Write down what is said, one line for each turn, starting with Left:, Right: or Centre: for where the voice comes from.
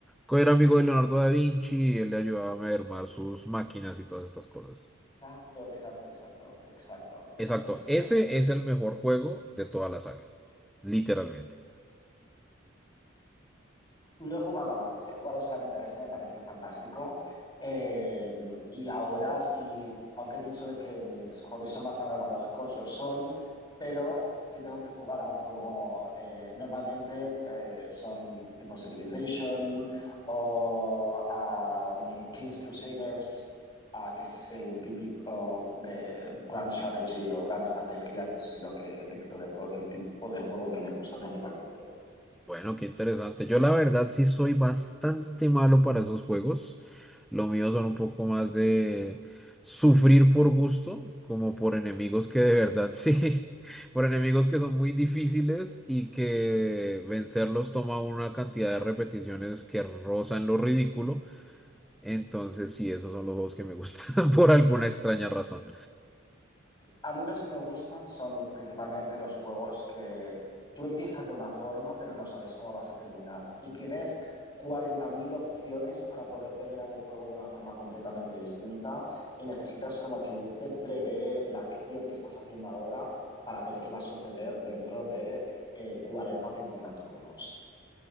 Centre: que era amigo de Leonardo da Vinci, y él le ayudaba a mermar sus máquinas y todas estas cosas.
Left: Exacto, exacto, exacto, exacto, exacto,
Centre: Exacto,
Left: ese
Centre: ese
Left: era.
Centre: es el mejor juego de toda la saga, literalmente.
Left: No he jugado a más, he jugado solamente a ese, me pareció fantástico. Eh, y ahora sí, aunque he dicho de que mis hobbies son bastante analógicos, lo son, pero si tengo que jugar a un juego, eh, normalmente eh, son tipo Civilization o a mm, King's Crusaders, ah, que es el típico de Grand Strategy o Gran Estrategia, que es lo que, el típico de jue- el tipo de juego que me gusta principalmente.
Centre: Bueno, qué interesante. Yo la verdad sí soy bastante malo para esos juegos. Lo mío son un poco más de sufrir por gusto, como por enemigos que de verdad sí, <laughs> por enemigos que son muy difíciles y que vencerlos toma una cantidad de repeticiones que rozan lo ridículo. Entonces sí, esos son los juegos que me gustan <laughs> por alguna extraña razón.
Left: A mí los que me gustan son principalmente los juegos que tú empiezas de una forma, pero no sabes cómo vas a terminar. Y tienes 40.000 opciones para poder terminar el juego de una forma completamente distinta y necesitas, como quien dice, prever la acción que estás haciendo ahora para ver qué va a suceder dentro de eh, 40 o cincuenta turnos.